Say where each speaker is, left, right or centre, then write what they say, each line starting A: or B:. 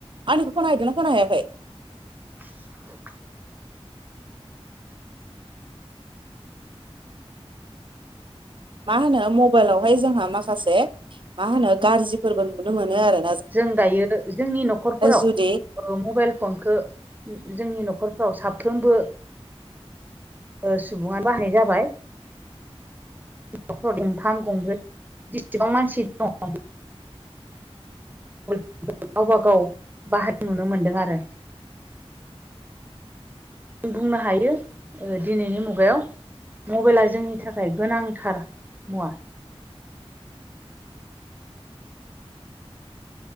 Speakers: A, on the right (about 50°); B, on the right (about 15°).
A: आंनिखौ खोन हैैदोंना खोन हायाखै?
B: <inaudible>
A: मा होनो मबाइलावहाय जोंहा माखासे मा होनो गाज्रिफोरबो नुनो मोनो आरो।
B: जों दायो जोंनि न'खरफोराव
A: जुदि
B: मबाइल फनखौ जोंनि न'खर न'खरफ्राव साफ्रोमबो ओ सुबुङानो बाहायनाय जाबाय। नख दंफाम गंब्रै जेसिबां मानसि दङ गावबागाव बाहतो नुनो मोनदों आरो। जों बुंनो हायो दिनैनि मुगायाव मबाइला जोंनि थाखाय गोनांथार मुवा।
A: <inaudible>